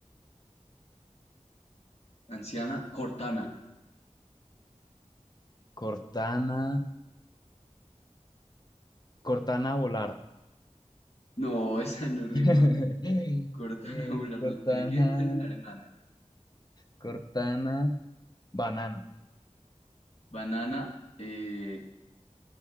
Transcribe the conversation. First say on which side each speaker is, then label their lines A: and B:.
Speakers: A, on the left (about 55°); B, on the left (about 35°).
A: anciana, cortana.
B: Cortana, Cortana volar,
A: No, <laughs> esa no rima.
B: <laughs>
A: Cortana
B: Eh,
A: angular
B: Cortana,
A: no tiene que terminar en nana.
B: Cortana, banana.
A: Banana, eh,